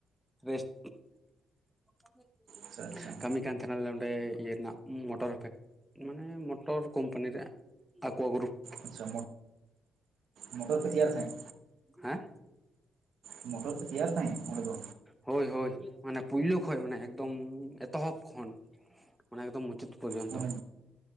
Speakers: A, in the centre; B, on the right.
A: ᱨᱮᱥᱴ <unintelligible>
B: ᱟᱪᱷᱟ ᱟᱪᱷᱟ
A: ᱠᱟᱹᱢᱤ ᱠᱟᱱ ᱛᱟᱦᱮᱱᱟᱞᱮ ᱚᱸᱰᱮ ᱤᱭᱟᱹ ᱨᱮᱱᱟᱜ ᱢᱚᱴᱚᱨ ᱯᱷᱮᱠ ᱢᱟᱱᱮ ᱢᱚᱴᱚᱨ ᱠᱳᱢᱯᱟᱱᱤ ᱨᱮᱼᱼ ᱟᱠᱚᱣᱟᱜ ᱜᱟᱨᱩᱯ
B: ᱟᱪᱷᱟ ᱢᱳᱚᱴᱚᱨ ᱯᱮ ᱛᱮᱭᱟᱨ ᱛᱟᱦᱮᱸ
A: ᱦᱮᱸ
B: ᱢᱚᱴᱚᱨ ᱯᱮ ᱛᱮᱭᱟᱨ ᱛᱟᱦᱮᱱᱟ ᱚᱸᱰᱮ ᱫᱚᱼᱼ
A: ᱦᱳᱭ ᱦᱳᱭ ᱢᱟᱱᱮ ᱯᱳᱭᱞᱳ ᱠᱷᱚᱱ ᱢᱟᱱᱮ ᱮᱠᱫᱚᱢᱼᱼ ᱮᱛᱚᱦᱚᱯ ᱠᱷᱚᱱ ᱢᱟᱱᱮ ᱮᱠᱫᱚᱢ ᱢᱩᱪᱟᱹᱫ ᱯᱚᱨᱡᱚᱱᱛᱚ
B: ᱢᱟᱱᱮ